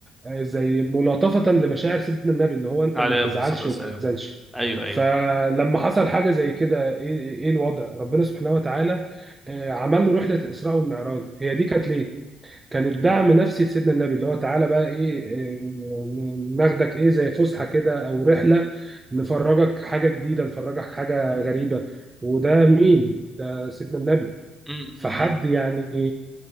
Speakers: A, on the right (about 20°); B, in the centre.
A: آه، زي ملاطفة لمشاعر سيدنا النبي إن هو أنت
B: عليه
A: ما تزعلش
B: افضل الصلاه والسلام
A: وما تحزنش
B: ايوه ايوه
A: فلما حصل حاجة زي كده إيه إيه الوضع؟ ربنا سبحانه وتعالى آه، عمل له رحلة الإسراء والمعراج هي دي كانت ليه؟ كان الدعم
B: م-
A: نفسي لسيدنا النبي اللي هو تعالى بقى ايه إيه، ناخدك ايه زي فسحه كده او رحله نفرجك حاجه جديده نفرجك حاجه غريبه وده مين ده سيدنا النبي
B: م- م-
A: فحد
B: م.
A: يعني